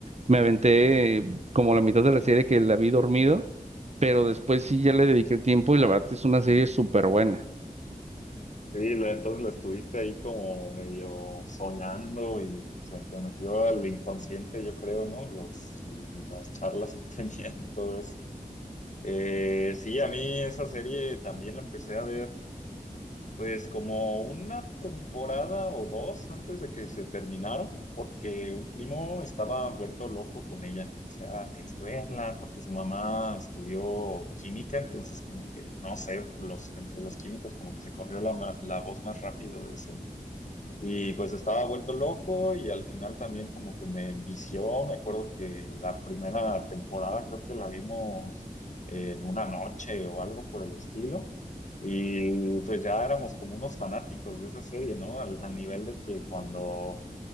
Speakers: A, on the right (about 45°); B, on the left (about 55°).
A: me aventé como la mitad de la serie que la vi dormido, pero después sí ya le dediqué el tiempo y la verdad es una serie súper buena.
B: Sí, lo- entonces lo estuviste ahí como medio soñando y se te metió al inconsciente, yo creo, ¿no? Los, las charlas que <laughs> tenían y todo eso. Eh, sí, a mí esa serie también la empecé a ver pues como una temporada o dos antes de que se terminaron, porque un primo estaba vuelto loco con ella. O sea, tienes que verla porque su mamá estudió química, entonces como que, no sé, los, entre los químicos como que se corrió la, ma- la voz más rápido de eso. Y pues estaba vuelto loco y al final también como que me envició. Me acuerdo que la primera temporada creo que la vimos en una noche o algo por el estilo. Y pues ya éramos como unos fanáticos de esa serie, ¿no? Al, al nivel de que cuando